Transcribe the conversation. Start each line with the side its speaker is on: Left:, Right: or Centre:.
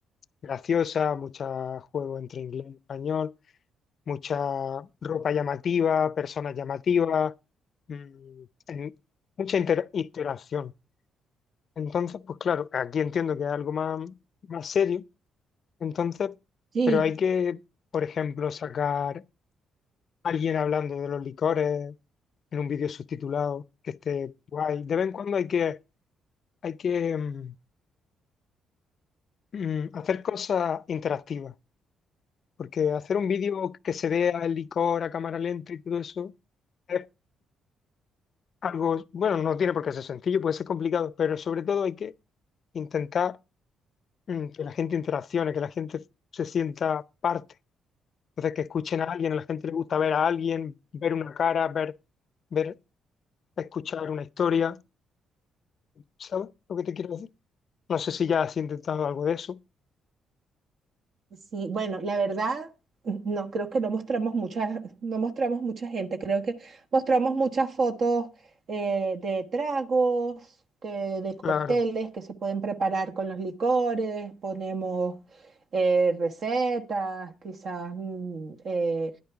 Left: graciosa, muchos juegos entre inglés y español, mucha ropa llamativa, personas llamativas, mm, en- mucha inter- interacción. Entonces, pues claro, aquí entiendo que es algo más, más serio, entonces,
Right: Sí,
Left: pero hay que, por ejemplo, sacar alguien hablando de los licores en un vídeo subtitulado que esté guay. De vez en cuando hay que, hay que mm, mm, hacer cosas interactivas, porque hacer un vídeo que se vea el licor a cámara lenta y todo eso es algo, bueno, no tiene por qué ser sencillo, puede ser complicado, pero sobre todo hay que intentar Mm, que la gente interaccione, que la gente se sienta parte. Entonces, que escuchen a alguien, a la gente le gusta ver a alguien, ver una cara, ver, ver, escuchar una historia. ¿Sabes lo que te quiero decir? No sé si ya has intentado algo de eso.
Right: sí. Bueno, la verdad, no creo que no mostramos muchas, no mostramos mucha gente. Creo que mostramos muchas fotos eh, de tragos, que- de cócteles
Left: Claro,
Right: que se pueden preparar con los licores. Ponemos eh, recetas, quizás mm, eh,